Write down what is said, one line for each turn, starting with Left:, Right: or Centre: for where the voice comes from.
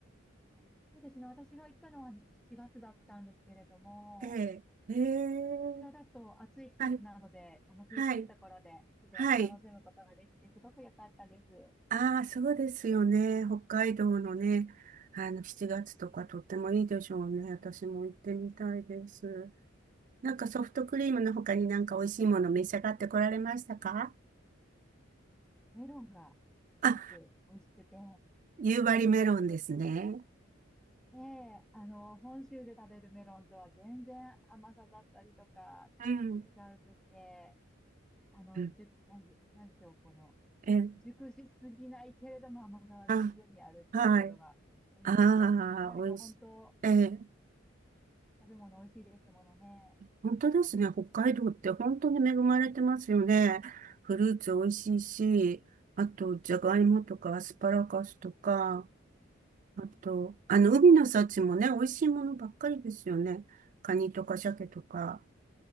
Centre: あそうですね。私が行ったのは7月だったんですけれども、
Right: ええ、ええ、
Centre: こちらだと暑い季節なので、
Right: はい、
Centre: あの涼しいところで自然を楽しむことができてすごく良かったです。
Right: はい、はい。ああ、そうですよね。北海道のね、あの、7月とかとってもいいでしょうね。私も行ってみたいです。なんかソフトクリームの他になんか美味しいもの召し上がってこられましたか
Centre: メロンがすごく美味しくて、
Right: あ、夕張メロンですね。
Centre: ええ、あの、本州で食べるメロンとは全然甘さだったりとか違うくて、
Right: うん。
Centre: あの、
Right: うん
Centre: じゅ、なんで、なんでしょう、この、
Right: ええ、
Centre: 熟しすぎないけれども甘さは十分にあるっていうところが美味しくて、
Right: あ、はい。ああ、
Centre: 北海道本当
Right: 美味しい。ええ
Centre: 食べ物美味しいですものね。
Right: 本当ですね。北海道って本当に恵まれてますよね。フルーツ美味しいし、あと、じゃがいもとかアスパラガスとか、
Centre: ね
Right: あと、あの、海の幸もね、美味しいものばっかりですよね。カニとか鮭とか。